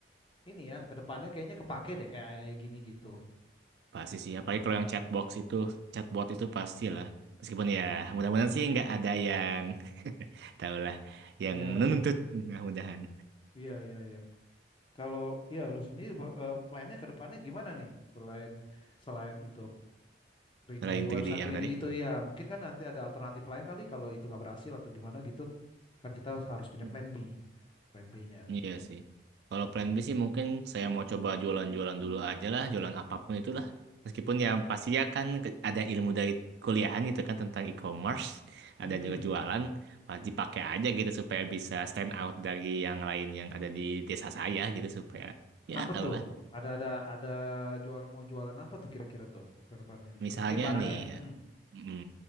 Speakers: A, on the left (about 30°); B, on the right (about 65°).
A: ini ya ke depannya kayaknya kepake deh AI gini gitu
B: pasti sih apalagi kalau yang chatbox itu chatbot itu pastilah meskipun ya mudah-mudahan sih nggak ada yang <laughs> tahulah yang
A: Iya,
B: menuntut mudah-mudahan
A: iya, iya, iya. Kalau ya lu sendiri eh, plannya ke depannya gimana nih selain selain itu? 3D
B: selain 3D
A: website
B: yang
A: 3D
B: tadi.
A: itu ya mungkin kan nanti ada alternatif lain kali kalau itu nggak berhasil atau gimana gitu kan kita harus punya
B: Hmm.
A: plan B plan B-nya
B: Iya sih. Kalau plan B sih mungkin saya mau coba jualan-jualan dulu aja lah, jualan apapun itulah. Meskipun ya pasti ya kan ke- ada ilmu dari kuliahan gitu kan tentang e-commerce,
A: hmm
B: ada juga jualan, pasti pakai aja gitu supaya bisa stand out dari yang lain yang ada di desa saya gitu supaya ya
A: apa
B: tau
A: tuh
B: lah.
A: ada ada ada jual mau jualan apa tuh kira-kira tuh ke depannya
B: Misalnya
A: mungkin barangnya
B: nih,
A: hmm
B: mm,